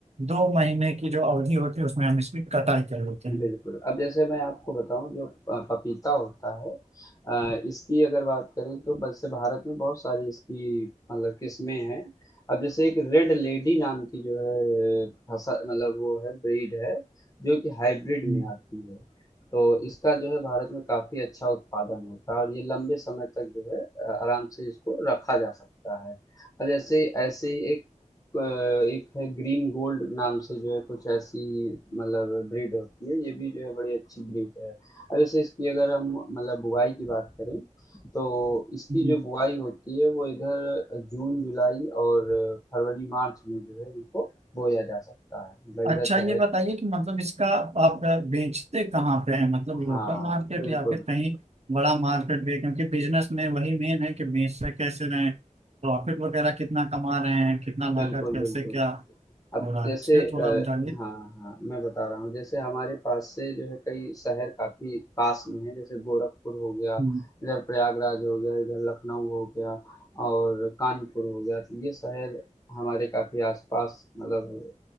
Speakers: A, on the right; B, on the left.
A: दो महीने की जो अवधि होती है उसमें हम इसकी कटाई कर लेते हैं
B: बिल्कुल, अब जैसे मैं आपको बताऊँ जो अ, पपीता होता है अ, इसकी अगर बात करें तो वैसे भारत में बहुत सारी इसकी मतलब किस्में हैं। अब जैसे एक रेड लेडी नाम की जो है फसल मतलब वो है ब्रीड है जो कि हाइब्रिड
A: हम्म।
B: में आती है। तो इसका जो है भारत में काफ़ी अच्छा उत्पादन होता है और ये लंबे समय तक जो है अ, आराम से इसको रखा जा सकता है। और जैसे ऐसे ही एक अ, एक है ग्रीन गोल्ड नाम से जो है कुछ ऐसी मतलब ब्रीड होती है ये भी जो है बड़ी अच्छी ब्रीड है अब जैसे इसकी अगर हम मतलब बुआई की बात करें तो इसकी
A: हम्म।
B: जो बुआई होती है वो इधर जून जुलाई और फरवरी मार्च में जो है इनको बोया जा सकता है मतलब
A: अच्छा
B: इधर चाहे
A: ये बताइए
B: तो
A: कि मतलब इसका आप बेचते कहाँ पे हैं मतलब
B: हाँ
A: लोकल मार्केट
B: बिल्कुल
A: या फिर कहीं बड़ा मार्केट भी है? क्योंकि बिजनेस में वही मेन है कि बेचते कैसे रहे प्रॉफिट वगैरह कितना कमा रहे हैं कितना लागत
B: बिल्कुल बिल्कुल
A: कैसे क्या
B: अब
A: हो रहा
B: जैसे
A: है उसके
B: अ,
A: थोड़ा बताइए
B: हाँ हाँ मैं बता रहा हूँ जैसे हमारे पास से जो है कई शहर काफी पास में है जैसे गोरखपुर हो गया
A: हम्म,
B: इधर प्रयागराज हो गया इधर लखनऊ हो गया और कानपुर हो गया तो ये शहर हमारे काफी आसपास मतलब